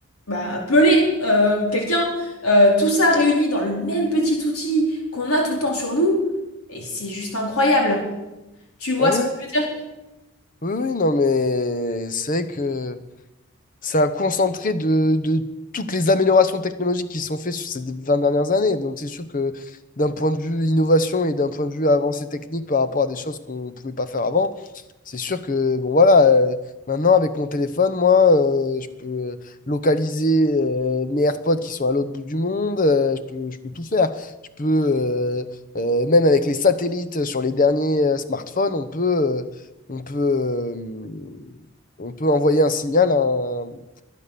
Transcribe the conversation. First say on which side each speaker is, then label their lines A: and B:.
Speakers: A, on the left; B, on the left.
A: bah, appeler euh, quelqu'un. Euh, tout ça réuni dans le même petit outil qu'on a tout le temps sur nous, et c'est juste incroyable. Tu vois
B: Ah oui,
A: ce que je veux dire?
B: oui, oui, non, mais c'est vrai que... c'est un concentré de, de toutes les améliorations technologiques qui sont faites sur ces 20 dernières années. Donc, c'est sûr que d'un point de vue innovation et d'un point de vue avancée technique par rapport à des choses qu'on ne pouvait pas faire avant, c'est sûr que, bon, voilà, euh, maintenant, avec mon téléphone, moi, euh, je peux localiser euh, mes AirPods qui sont à l'autre bout du monde, euh, je peux, je peux tout faire. Je peux, euh, euh, même avec les satellites sur les derniers euh, smartphones, on peut. euh, on peut, euh, on peut envoyer un signal à un,